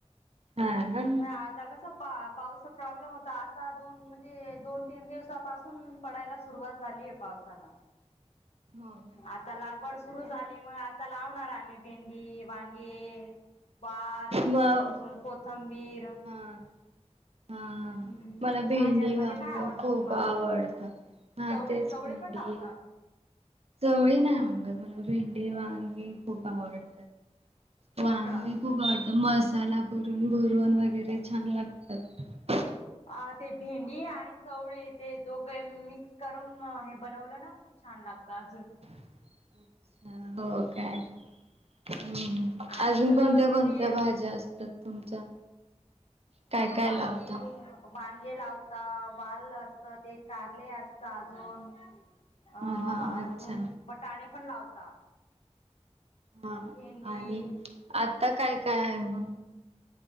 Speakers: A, on the right; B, on the left.
A: हा
B: आता कसं पा पावसाचा प्रॉब्लेम होता आता दोन म्हणजे दोन तीन दिवस? आतापासुन पडायला सुरुवात झालीय पावसाला
A: हो ना
B: आता लागवड सुद्धा- सुरु झाली मग आता लावणार आम्ही भेंडी वांगे बाल
A: म हा
B: अजून कोथंबीर
A: हा हा
B: हम्म
A: मला भेंडी
B: भाज्यांमध्ये
A: वांग
B: काय आवडतं
A: खूप
B: तुम्हाला
A: आवडत- ह
B: चवळी
A: तेच
B: चवळी
A: भेंडी
B: पण लावतो आम्ही
A: चवळी नाही आवडत मला भेंडी वांगी खूप आवडतात.
B: हो
A: वांगी
B: का
A: खूप आवडतं मसाला- करून भरवण वगैरे छान लागतात.
B: अ ते भेंडी आणि चवळी ते दोघे मिक्स करून हे बनवलं ना खूप छान लागत. ताज
A: अच्छा हो काय? हम्म
B: आणि
A: अजून
B: चुलेवरची
A: कोणत्या कोणत्या
B: ती अ
A: भाज्या असतात तुमच्या- काय
B: अ
A: काय
B: वांगे
A: लावता?
B: बांगे लावता वाल असत ते कारले असत अजून? अ
A: ह हा
B: अजून
A: अच्छा
B: बटाणे पण लावता
A: हा
B: भेंडी
A: आणि आता काय काय आहे मग